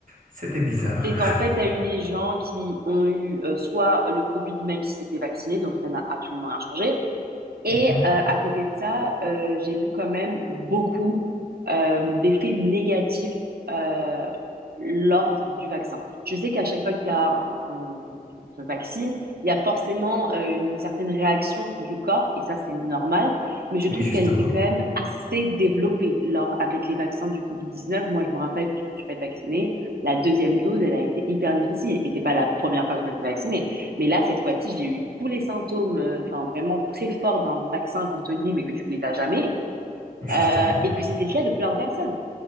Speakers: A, on the right; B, on the right.
A: C'était bizarre.
B: C'est qu'en fait, tu as eu les gens qui ont eu euh, soit le Covid, même s'ils étaient vaccinés, donc ça n'a absolument rien changé, Et
A: Mhm.
B: euh, à côté de ça, euh, j'ai vu quand même beaucoup euh, d'effets négatifs euh, lors du vaccin. Je sais qu'à chaque fois qu'il y a un- qu'on qu'on- qu'on se vaccine, il y a forcément euh, une certaine réaction du corps, et ça c'est normal, mais je
A: Oui,
B: trouve
A: justement.
B: qu'elle était quand même assez développée lors, avec les vaccins du Covid-19. Moi, je me rappelle quand je me suis fait vacciner, la deuxième dose, elle a été hyper difficile, et c'est pas la première fois que je me fais vacciner. Mais là, cette fois-ci, j'ai eu tous les symptômes, enfin euh, enfin, vraiment très forts d'un vaccin qu'on te dit, mais que tu ne les as jamais.
A: Justement.
B: Euh, et puis c'était le cas de plein de personnes.